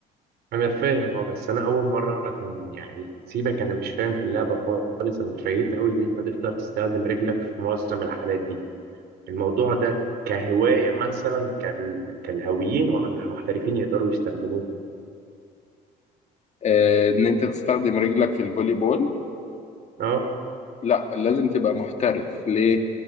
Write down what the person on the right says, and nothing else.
انا فاهم اه بس انا اول مره اعرف ان يعني سيبك انا مش فاهم في اللعبه خالص انا اتفاجئت قوي ان انت تقدر تستخدم رجلك في معظم الحالات دي الموضوع ده كهوايه مثلا كال... كالهاويين ولا المحترفين يقدروا يستخدموه
اه